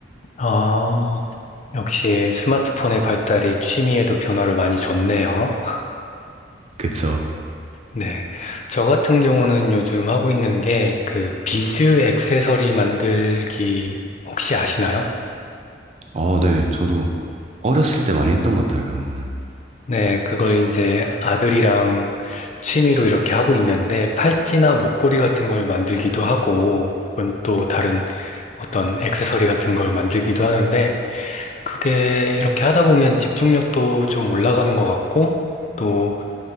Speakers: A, on the left; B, on the right.
A: 아, 역시 스마트폰의 발달이 취미에도 변화를 많이 줬네요.
B: 그쵸.
A: 네. 저 같은 경우는 요즘 하고 있는 게 그 비즈 액세서리 만들기 혹시 아시나요?
B: 아, 네. 저도 어렸을 때 많이 했던 것 같아요, 그런 거는.
A: 네, 그걸 이제 아들이랑 취미로 이렇게 하고 있는데 팔찌나 목걸이 같은 걸 만들기도 하고 혹은 또 다른 어떤 액세서리 같은 걸 만들기도 하는데 그게 이렇게 하다 보면 집중력도 좀 올라가는 것 같고 또